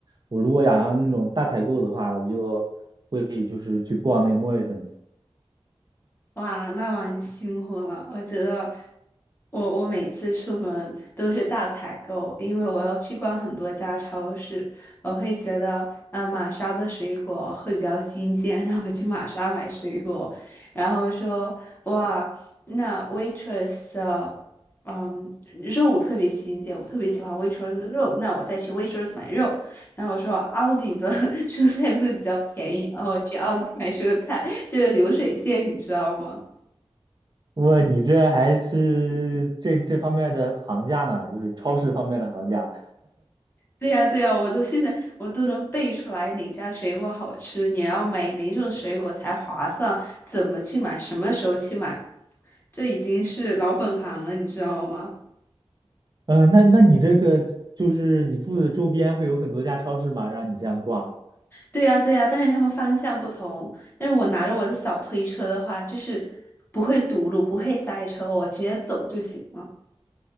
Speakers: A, on the right; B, on the left.
A: 我如果想要那种大采购的话，我就会就是去逛那个 Morrisons。
B: 哇，那蛮辛苦了。我觉得我我每次出门都是大采购，因为我要去逛很多家超市。我会觉得，呃，玛莎的水果会比较新鲜，那我去玛莎买水果。然后说，哇，那 Waitrose 的嗯，肉特别新鲜，我特别喜欢 Waitrose 的肉，那我再去 Waitrose 买肉。然后我说奥迪的 <laughs> 蔬菜会比较便宜，然后去奥迪买蔬菜，这个流水线你知道吗？
A: 哇，你这还是这这方面的行家呢，就是超市方面的行家。
B: 对呀，对呀，我都现在我都能背出来哪家水果好吃，你要买哪种水果才划算，怎么去买，什么时候去买，这已经是老本行了，你知道吗？
A: 嗯，那那你这个就是你住的周边会有很多家超市吗？让你这样逛？
B: 对呀，对呀，但是他们方向不同。但是我拿着我的小推车的话，就是不会堵路，不会塞车，我直接走就行了。